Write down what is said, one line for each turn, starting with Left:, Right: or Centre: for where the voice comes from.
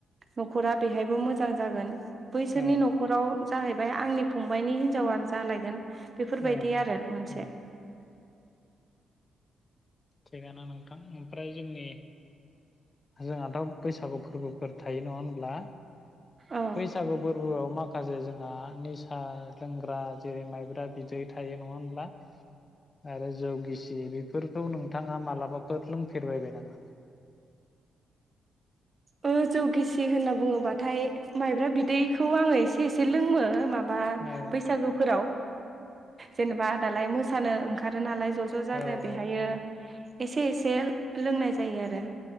Right: न'खरा बेहायबो मोजां जागोन। बैसोरनि
Left: औ
Right: न'खराव जाहैबाय ओमफ्राय आंनि फंबायनि हिन हिनजावआनो जालायगोन बेफोरबायदि
Left: औ औ
Right: आरो मोनसे।
Left: औ थिगानो नोंथां ओमफ्राय जोंनि जोंहाथ' बैसागु फोरबोफोर थायो नङा होनब्ला?
Right: औ
Left: बैसागु फोरबोआव मा? माखासे जोंहा निसा लोंग्रा जेरै माइब्रा बिदै थायो नङा होनोमब्ला? आरो जौगिसि बेफोरखौ नोंथाङा मालाबाफोर लोंफेरबायबाय नामा?
Right: ओ जौगिसि होनना बुङोबाथाय माइब्रा बिदैखौ आङो एसे एसे लोङो माबा बा
Left: औ
Right: बैसागोफोराव जेनेबा दालाय मो मोसानो ओंखारो नालाय ज' ज' जाजाय
Left: औ
Right: बेहायो
Left: औ
Right: एसे एसे लोंनाय जायो आरो